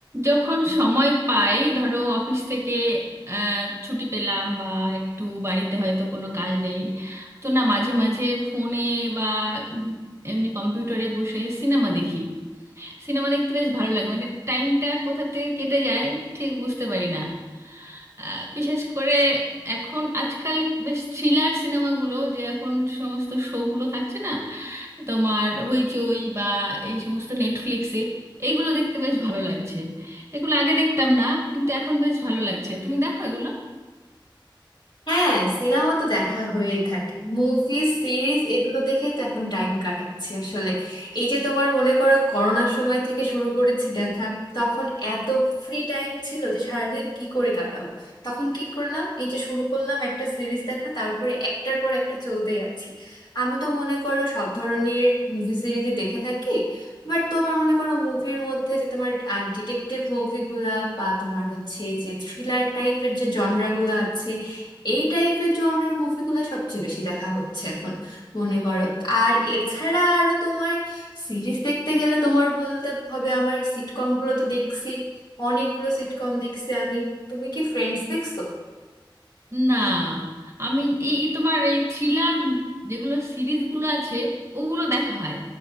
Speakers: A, on the right; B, on the left.
A: যখন সময় পাই ধরো অফিস থেকে আহ, ছুটি পেলাম বা একটু বাড়িতে হয়তো কোনো কাজ নেই তো না মাঝে মাঝে ফোনে বা এমনি কম্পিউটারে বসে সিনেমা দেখি সিনেমা দেখতে বেশ ভালো লাগে মানে টাইমটা কোথা থেকে কেটে যায় ঠিক বুঝতে পারি না আহ, বিশেষ করে এখন আজকাল বেশ থ্রিলার সিনেমাগুলো যে এখন সমস্ত শোগুলো থাকছে না তোমার হইচই বা এই সমস্ত নেটফ্লিক্সে এইগুলো দেখতে বেশ ভালো লাগছে এগুলো আগে দেখতাম না কিন্তু এখন বেশ ভালো লাগছে তুমি দেখো এগুলো
B: হ্যাঁ সিনেমা তো দেখা হয়েই থাকে মুভি সিরিজ এগুলো দেখেই তো এখন টাইম কাটাচ্ছি আসলে এই যে তোমার মনে করো করোনার সময় থেকে শুরু করেছি দেখা তখন এত ফ্রি টাইম ছিল যে সারাদিন কি করে কাটাবো তখন কি করলাম এই যে শুরু করলাম একটা সিরিজ দেখা তারপরে একটার পর একটা চলতেই আছে আমি তো মনে করো সব ধরনের মুভি সিরিজই দেখে থাকি বাট তোমার মনে করো মুভির মধ্যে যে তোমার ডিটেকটিভ মুভিগুলা বা তোমার হচ্ছে এই যে থ্রিলার টাইপের যে জনরাগুলো আছে এই টাইপের জনরার মুভিগুলো সবচেয়ে বেশি দেখা হচ্ছে এখন মনে করো আর এছাড়া আরো তোমার সিরিজ দেখতে গেলে তোমার বলতে হবে আমার সিটকমগুলো তো দেখছি অনেকগুলো সিটকম দেখছি আমি তুমি কি ফ্রেন্ডস দেখছো
A: না আমি এই এই তোমার এই থ্রিলার যেগুলো সিরিজগুলো আছে ওগুলো দেখা হয়